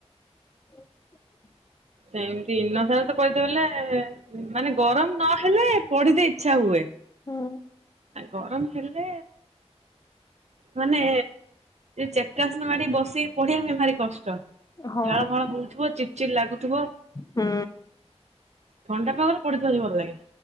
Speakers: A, on the left; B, on the right.
A: <unintelligible>
B: ସେମିତି ଦିନସାରା ତ କହିତେ ବଲେ ମାନେ ଗରମ ନହେଲେ ପଢିିତେ ଇଚ୍ଛା ହୁଏ।
A: ହୁଁ
B: ଗରମ ହେଲେ ମାନେ ଚେକାସନ ମାଡି ବସିକି ପଢିବା ପାଇଁ ଭାରି କଷ୍ଟ
A: ହଁ
B: ଝାଳ ଫାଳ ବୁହୁଥିବ ଚିଡ ଚିଡ ଲାଗୁଥିବ
A: ହୁଁ।
B: ଥଣ୍ଡା ପାଗରେ ପଢିତେ ଭାରି ଭଲ ଲାଗେ